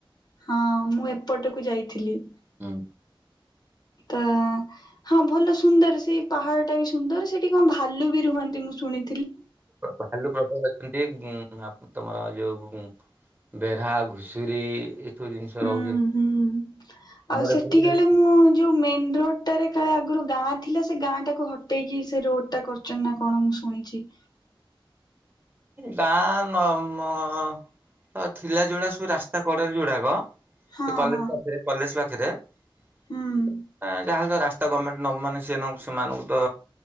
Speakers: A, on the left (about 50°); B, on the right (about 20°).
A: ହଁ ମୁଁ ଏପଟକୁ ଯାଇଥିଲି।
B: ହୁଁ
A: ତ ହଁ ଭଲ ସୁନ୍ଦର ସେଇ ପାହାଡ ଟା ବି ସୁନ୍ଦର ସେଠି କଣ ଭାଲୁ ବି ରୁହନ୍ତି ମୁଁ ଶୁଣି
B: ଭାଲୁ ପ୍ରବଳ ଅଛନ୍ତି ଉ ତମର ଯୋଉ ବେଢା ଘୁଷୁରୀ ଏସବୁ ଜିନିଷ
A: ହୁଁ
B: ରହୁଛନ୍ତି।
A: ହୁଁ
B: ଆମର
A: ଆଉ ସେଠି
B: ଏପଟେ
A: କାଳେ ମୁଁ ଯୋଉ ମେନ ରୋଡ ଗଟରେ କାଳେ ଆଗରୁ ଗାଁ ଥିଲା ସେ ଗାଁ ଟାକୁ ହଟେଇକି ସେ ରୋଡ ଟା କରଛ ନା କଣ ମୁଁ ଶୁଣିଛି
B: ଗାଁ ନ ଥିଲା ଯୋଉଡା ସବୁ ରାସ୍ତା କଡରେ ଯଉଡାକ
A: ହଁ
B: ସେ କଲେଜ
A: ହଁ
B: ପାଖରେ କଲେଜ ପାଖରେ କିରେ
A: ହୁଁ।
B: ଯାହାଲ ତ ରାଷ୍ଟ ତା ଗଭର୍ଣ୍ଣମେଣ୍ଟ ନେ ମମାନେ ସେ ସେମାନଙ୍କୁ ତ